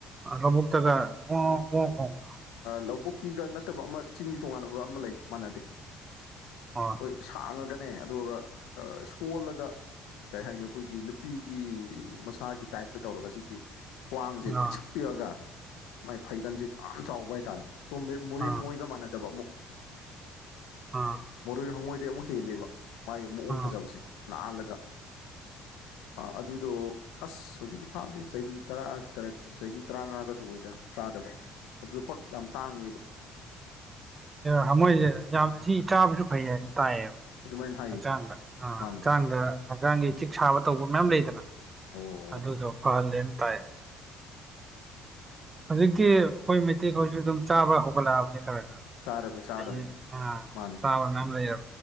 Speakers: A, on the right; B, on the left.
A: ꯑ ꯂꯕꯨꯛꯇꯒ ꯒꯣ ꯒꯣ ꯈꯣꯡꯕꯗꯣ꯫
B: ꯂꯧꯕꯨꯛꯀꯤꯒ ꯅꯠꯇꯕ ꯑꯃ ꯆꯤꯡꯒꯤ ꯇꯣꯉꯥꯟꯕ ꯑꯃ ꯂꯩ ꯃꯥꯟꯅꯗꯦ꯫
A: ꯑꯣ
B: ꯑꯩꯈꯣꯏ ꯁꯥꯡꯉꯒꯅꯦ ꯑꯗꯨꯒ ꯁꯣꯜꯂꯒ ꯀꯩ ꯍꯥꯏꯅꯤ ꯑꯩꯈꯣꯏꯒꯤ ꯅꯨꯄꯤꯒꯤ ꯃꯁꯥꯒꯤ ꯇꯥꯏꯞꯇ ꯇꯧꯔꯒ ꯁꯤꯒꯤ ꯈ꯭ꯋꯥꯡꯁꯦ
A: ꯑꯥ
B: ꯄꯤꯛꯁꯛ
A: ꯑꯥ
B: ꯄꯤꯛꯑꯒ ꯃꯥꯏ ꯐꯩꯒꯟꯁꯦ ꯌꯥꯝ ꯆꯥꯎꯕ ꯍꯥꯏꯇꯥꯔꯦ꯫ ꯁꯣꯝ ꯃꯣꯔꯦ
A: ꯑꯥ
B: ꯍꯪꯉꯣꯏꯒ ꯃꯥꯟꯅꯗꯕ ꯑꯃꯨꯛ
A: ꯑꯥ
B: ꯃꯣꯔꯦ ꯍꯉꯣꯏꯗꯩ ꯑꯃꯨꯛ ꯍꯦꯜꯂꯦꯕ ꯃꯥꯒꯤ ꯃꯑꯣꯡ
A: ꯑꯥ
B: ꯐꯖꯕꯁꯦ
A: ꯑꯥ
B: ꯅꯥꯍꯜꯂꯒ꯫ ꯥ ꯑꯗꯨꯗꯣ ꯑꯁ ꯍꯧꯖꯤꯛꯇꯤ ꯐꯥꯗ꯭ꯦ ꯆꯍꯤ ꯇꯔꯥ ꯇꯔꯦꯠ ꯆꯍꯤ ꯇꯔꯥꯃꯉꯥꯒꯁꯨ ꯑꯣꯏꯗ ꯆꯥꯗꯕ ꯑꯗꯨꯗ ꯄꯥꯛ ꯌꯥꯝ ꯇꯥꯡꯉꯦꯕ꯫
A: ꯍꯉꯣꯏꯁꯦ ꯌꯥꯝ ꯁꯤ ꯆꯥꯕꯁꯨ ꯐꯩ ꯍꯥꯏꯅ ꯇꯥꯏꯌꯦꯕ꯫
B: ꯑꯗꯨꯃꯥꯏꯅ ꯍꯥꯏꯌꯦ
A: ꯍꯛꯆꯥꯡꯗ ꯑ
B: ꯃꯥꯅꯦ
A: ꯍꯛꯆꯥꯡꯗ ꯍꯛꯆꯥꯡꯒꯤ ꯆꯤꯛ ꯁꯥꯕ ꯇꯧꯕ ꯃꯌꯥꯝ ꯂꯩꯗꯅ
B: ꯑꯣ ꯑꯣ꯫
A: ꯑꯗꯨꯗꯣ ꯐꯍꯜꯂꯦꯅ ꯇꯥꯏ꯫ ꯍꯧꯖꯤꯛꯇꯤ ꯑꯩꯈꯣꯏ ꯃꯩꯇꯩ ꯈꯣꯏꯖꯨ ꯑꯗꯨꯝ ꯆꯥꯕ ꯍꯧꯒꯠꯂꯛꯑꯕꯅꯤ ꯈꯔ ꯈꯔ
B: ꯆꯥꯔꯕꯅꯤ ꯆꯥꯔꯕꯅꯤ
A: ꯐꯩꯅꯦ ꯑ
B: ꯃꯥꯅꯦ
A: ꯆꯥꯕ ꯃꯌꯥꯝ ꯂꯩꯔ